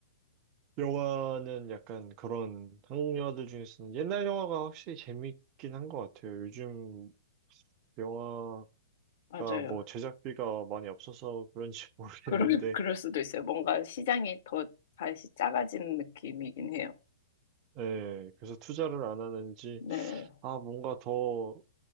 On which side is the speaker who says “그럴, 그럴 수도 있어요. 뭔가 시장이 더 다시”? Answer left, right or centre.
Left